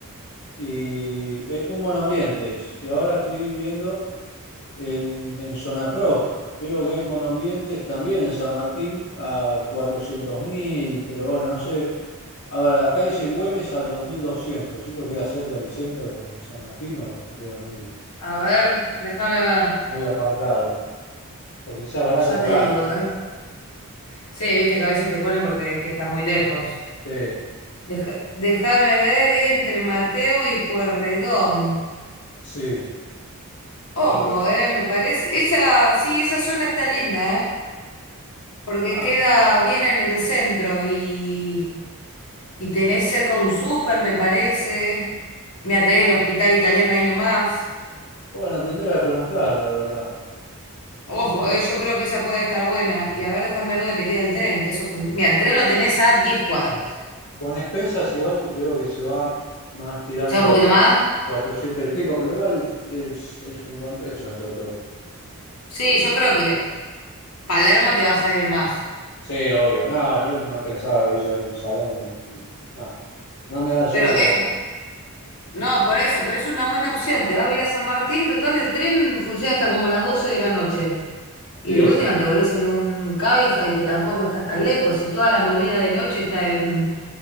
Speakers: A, on the left (about 50°); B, on the left (about 75°).
A: Y eh, un monoambiente es. Y ahora estoy viendo en, en Zona Prop. Veo que hay monoambientes también en San Martín a cuatrocientos mil. Pero bueno, no sé. A ver, acá dice Güemes al 2200. ¿Esto queda cerca del centro de San Martín o o queda muy,
B: A ver, déjame ver.
A: muy apartado? Porque quizás barato
B: Ya
A: por
B: te
A: algo,
B: digo,
A: ¿viste?
B: ¿eh? Sí, viste que a veces te ponen porque es que está muy lejos.
A: Sí,
B: Deja- déjame ver entre Mateo y Puerredón.
A: sí.
B: Ojo,
A: A ver.
B: eh, me parece. Esa, sí, esa zona está linda, eh. Porque
A: Ah,
B: queda bien en el centro y, y tenés cerca un súper, me parece. Me até el hospital italiano ahí nomás.
A: bueno, tendría que preguntar, la verdad.
B: Ojo,
A: Eh,
B: eh, yo creo que esa puede estar buena. Y a ver, déjame ver dónde te queda el tren, que eso fun- Mira, el tren lo tenés a 10 cuadras.
A: Con expensas igual veo que se va más tirando
B: ¿Ya un poquito
A: a
B: más?
A: 400 y pico, pero igual es, es un buen precio dentro de todo.
B: Sí, yo creo que Palermo te va a salir más.
A: Sí, obvio. No, yo no pensaba vivir ahí en Palermo. ni- ni- No, no me da el sueldo
B: Pero,
A: para
B: eh,
A: nada.
B: no, por eso, pero es una buena opción. Te va a ir a San Martín. Total, el tren funciona hasta como las 12 de la noche. Y
A: Sí,
B: de última
A: sí,
B: te vuelves en un Cabify que tampoco estás tan lejos. Y toda la movida de noche está en